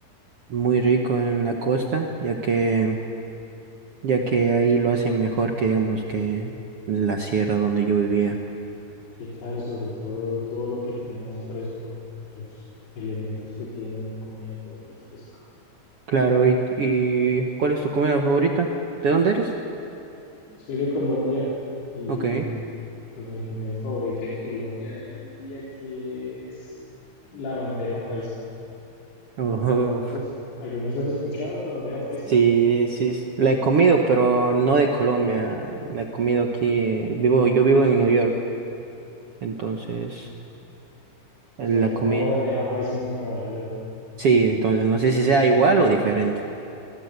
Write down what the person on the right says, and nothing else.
muy rico en la costa, ya que, ya que ahí lo hacen mejor que digamos que en la sierra donde yo vivía.
Claro, y, y ¿cuál es tu comida favorita? ¿De dónde eres?
Ok. <laughs>
Ojo.
Sí, sí, s- la he comido, pero no de Colombia. La he comido aquí, eh, vivo, yo vivo en New York, entonces
eh,
la
comí.
Sí, entonces no sé si sea igual o diferente.